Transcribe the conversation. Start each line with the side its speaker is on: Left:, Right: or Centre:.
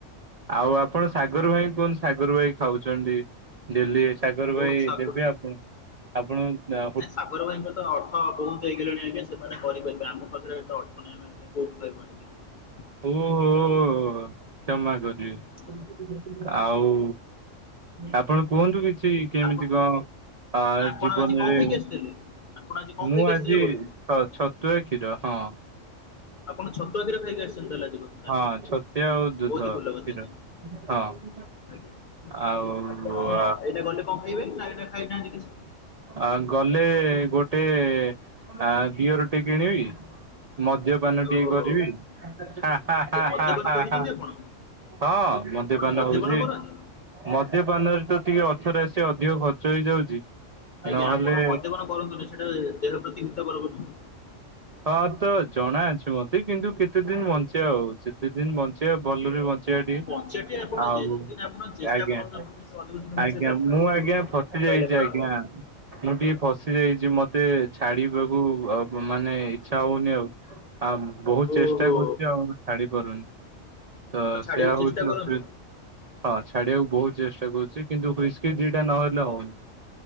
Right: ଆଉ ଆପଣ ସାଗର ଭାଇ କୁହନ୍ତୁ ସାଗର ଭାଇ ଖାଉଛନ୍ତି ଡେଲି। ସାଗର
Left: ଓ
Right: ଭାଇ
Left: ସାଗୁ
Right: ଦେବେ ଆପଣଙ୍କୁ ଆପଣ ଯା
Left: ନାଇଁ ସାଗର ଭାଇଙ୍କ ତ ଅର୍ଥ ବହୁତ ହେଇଗଲେଣି ଆଜ୍ଞା ସେମାନେ କରିପାରିବେ ଆମ ପାଖରେ ଅର୍ଥ ନାଇଁ ଆମ ଏବେଠୁ ଖାଇବୁ ଆଣିକି।
Right: ପୁଂ ହୁଁ। କ୍ଷମା କରିବି
Left: ଆଜ୍ଞା।
Right: ଆଉ ଆପଣ କୁହନ୍ତୁ କିଛି କିଛି କେମିତି
Left: ଆପଣ
Right: କଣ ଆ
Left: ଆପଣ
Right: ଜୀବନରେ
Left: ଆଜି କଣ ଖାଇକି ଆସିଥିଲେ? ଆପଣ ଆଜି କଣ
Right: ମୁଁ
Left: ଖାଇକି
Right: ଆଜି
Left: ଆସିଥିଲେ ଘରୁ?
Right: ଛ-ଛତୁଆ କ୍ଷୀର ହଁ।
Left: ଆପଣ ଛତୁଆ କ୍ଷୀର ଖାଇକି ଆସିଛନ୍ତି ତାହାଲେ ଆଜି ଘୋଟଲ
Right: ହଁ
Left: ଠିକ
Right: ଛତୁଆ
Left: ଅଛି
Right: ଆଉ ଦୁଧ
Left: ବହୁତ ହି ଭଲ
Right: କ୍ଷୀର
Left: କଥା ଆଜ୍ଞ।
Right: ହଁ
Left: ଆଜ୍ଞା
Right: ଆଉ
Left: ଆପଣ ଏଇନା ଗଲେ କଣ ଖାଇବେ ନା ଏଇଟା ଖାଇନାହାନ୍ତି କିଛି।
Right: ଆ ଗଲେ ଗୋଟେ ଆ ଗିଅରଟେ କିଣିବି। ମଦ୍ୟପାନ
Left: ଓହୋ
Right: ଟିକେ କରିବି ହାଁ
Left: ଆଜ୍ଞା
Right: ହାଁ ହାଁ
Left: ମଦ୍ୟପାନ
Right: ହାଁ ହାଁ
Left: କରୁଛନ୍ତି
Right: ହାଁ।
Left: ଆପଣ
Right: ହଁ ମଦ୍ୟପାନ
Left: ଆପଣ
Right: ହଉଛି
Left: କରନ୍ତି?
Right: ମଦ୍ୟପାନରେ ତ ଟିକେ ଅର୍ଥରାଶି ଅଧିକ ଖର୍ଚ୍ଚ ହେଇଯାଉଛି।
Left: ଆଜ୍ଞା
Right: ନହେଲେ
Left: ଆପଣ ମଦ୍ୟପାନ କରନ୍ତୁନି ସେଟା ଦେହ ପ୍ରତି ହିତ କରକ ନୁହଁ।
Right: ହଁ ତ ଜଣା ଅଛି ମତେ କିନ୍ତୁ କେତେ ଦିନ ବଞ୍ଚେବା ଆଉ କେତେ ଦିନ ବଞ୍ଚିବା ଭଲରେ ବଞ୍ଚିବା
Left: ଆଜ୍ଞା
Right: ଟିକେ
Left: ବଞ୍ଚିବାଟି ଆପଣ
Right: ଆଉ
Left: ଯେତେଦିନ ଆପଣ ଚେଷ୍ଟା
Right: ଆଜ୍ଞା
Left: କରନ୍ତୁ ଆପଣ ଯଦି ଅଧିକ ଦିନ ବଞ୍ଚେଇବେ
Right: ଆଜ୍ଞା
Left: ଆପଣ
Right: ମୁଁ
Left: ଏମିତି
Right: ଆ ଆଜ୍ଞା ଫସି
Left: କହିଲେ
Right: ଯାଇଛି
Left: କଣ
Right: ଆଜ୍ଞା
Left: ହବ
Right: ମୁଁ ଟିକେ ଫସି ଯାଇଛି ମତେ ଛାଡିବାକୁ ଆଉ ମାନେ ଇଛା ହଉନି ଆଉ ଆଉ ବହୁତ
Left: ଓହୋ
Right: ଚେଷ୍ଟା କରୁଛି ଆଉ ଛାଡି ପାରୁନି। ତ
Left: ଆପଣ ଛାଡିବାକୁ
Right: ସେୟା
Left: ଚେଷ୍ଟା
Right: ହଉଛି
Left: କରନ୍ତୁ।
Right: ଅସୁବିଧା ହଁ ଛାଡିବାକୁ ବହୁତ ଚେଷ୍ଟା କରୁଛି କିନ୍ତୁ ହସ୍କି ଦି ରକଲେ
Left: ଆଜ୍ଞା
Right: ହଉନି।